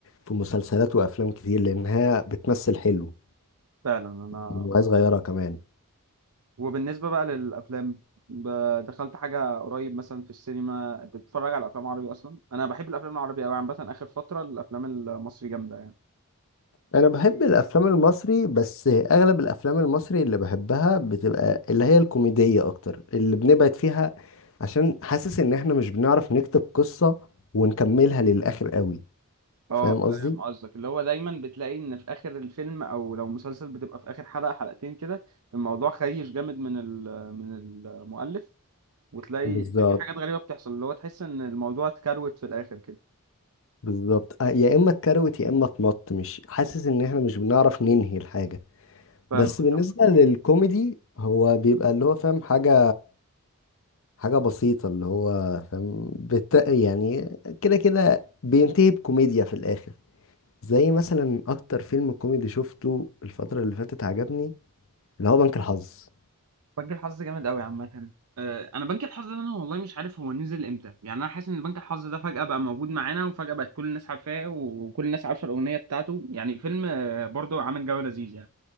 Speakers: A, on the left; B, on the right.
A: في مسلسلات وافلام كتير لانها بتمثل حلو
B: فعلا انا
A: وهي صغيرة كمان
B: وبالنسبه بقى للافلام ب- دخلت حاجه قريب مثلا في السينما بتتفرج على افلام عربي اصلا انا بحب الافلام العربي قوي عامه اخر فتره الافلام المصري جامده يعني.
A: أنا بحب الأفلام المصري بس أغلب الأفلام المصري اللي بحبها بتبقى اللي هي الكوميدية أكتر اللي بنبعد فيها عشان حاسس إن إحنا مش بنعرف نكتب قصة ونكملها للآخر قوي
B: اه
A: فاهم
B: فاهم
A: قصدي؟
B: قصدك اللي هو دايما بتلاقي ان في اخر الفيلم او لو مسلسل بتبقى في اخر حلقة حلقتين كده الموضوع خيش جامد من ال- من المؤلف وتلاقي
A: بالظبط
B: ان في حاجات غريبة بتحصل اللي هو تحس ان الموضوع اتكروت في الاخر كده
A: بالظبط آه، يا إما اتكروت يا إما اتمط مش حاسس إن إحنا مش بنعرف ننهي الحاجة
B: فاهمك
A: بس بالنسبة
B: يا عم
A: للكوميدي هو بيبقى اللي هو فاهم حاجة حاجة بسيطة اللي هو فاهم بت... يعني كده كده بينتهي بكوميديا في الآخر زي مثلا أكتر فيلم كوميدي شفته الفترة اللي فاتت عجبني اللي هو بنك الحظ
B: بنك الحظ جامد قوي عامة آه، انا بنك الحظ ده انا والله مش عارف هو نزل امتى يعني انا حاسس ان بنك الحظ ده فجأة بقى موجود معانا وفجأة بقت كل الناس عارفاه وكل الناس عارفة الأغنية بتاعته يعني فيلم آه، برضه عامل جو لذيذ